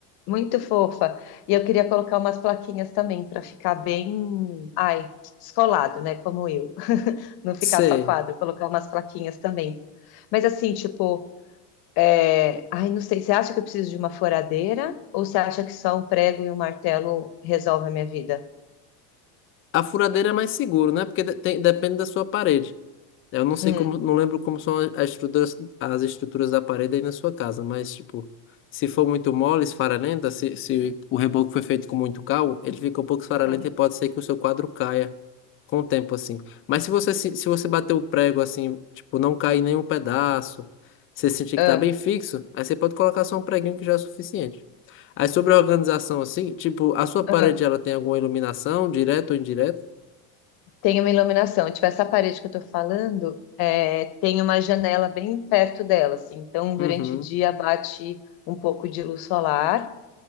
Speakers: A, on the left; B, on the left.
A: muito fofa. E eu queria colocar umas plaquinhas também para ficar bem, ai, descolado, né? Como eu. Não ficar
B: Sei.
A: só quadro, colocar umas plaquinhas também. Mas assim, tipo, é, ai, não sei, você acha que eu preciso de uma furadeira? Ou você acha que só um prego e um martelo resolve a minha vida?
B: A furadeira é mais seguro, né? Porque de- tem- depende da sua parede. Eu não sei
A: Hum,
B: como, não lembro como são as estruturas, as estruturas da parede aí na sua casa, mas tipo, se for muito mole, esfarelenta, se, se o reboco foi feito com muito cal, ele fica um pouco esfarelento
A: hum,
B: e pode ser que o seu quadro caia com o tempo assim. Mas se você se, se você bater o prego assim, tipo, não cair nenhum pedaço, você sentir
A: ah,
B: que tá bem fixo, aí você pode colocar só um preguinho que já é suficiente. Aí sobre a organização assim, tipo, a sua parede
A: ah.
B: ela tem alguma iluminação, direta ou indireta?
A: Tem uma iluminação. Tipo, essa parede que eu tô falando, é, tem uma janela bem perto dela, assim. Então,
B: Uhum.
A: durante o dia bate um pouco de luz solar.